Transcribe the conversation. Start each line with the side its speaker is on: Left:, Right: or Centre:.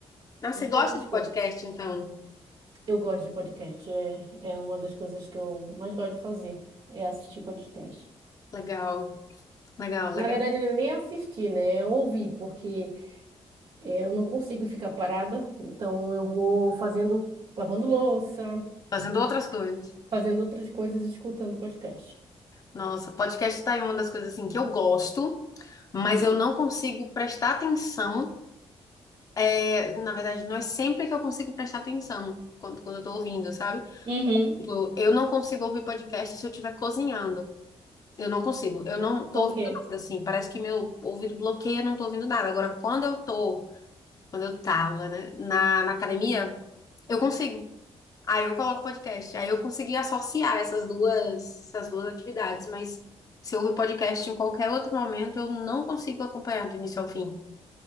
Left: Nossa,
Right: Entre
Left: você gosta
Right: outras
Left: de
Right: coisas,
Left: podcast, então?
Right: eu gosto de podcast. É, é uma das coisas que eu mais gosto de fazer, é assistir podcast.
Left: Legal, legal, legal.
Right: Na verdade, eu nem assistir, né? É ouvir, porque é, eu não consigo ficar parada. Então, eu vou fazendo, lavando louça,
Left: Fazendo outras coisas.
Right: fazendo outras coisas, escutando podcast.
Left: Nossa, podcast tá aí uma das coisas assim que eu gosto, mas
Right: Hum,
Left: eu não consigo prestar atenção. É, na verdade, não é sempre que eu consigo prestar atenção quando, quando eu tô ouvindo, sabe?
Right: Uhum.
Left: Tipo, Eu não consigo ouvir podcast se eu estiver cozinhando. Eu não consigo. Eu não tô
Right: Por
Left: ouvindo
Right: quê?
Left: nada, assim. Parece que meu ouvido bloqueia, eu não tô ouvindo nada. Agora, quando eu tô, quando eu tava, né, na, na academia, eu consigo. Aí eu coloco podcast. Aí eu consegui associar essas duas, essas duas atividades. Mas se eu ouvir podcast em qualquer outro momento, eu não consigo acompanhar do início ao fim.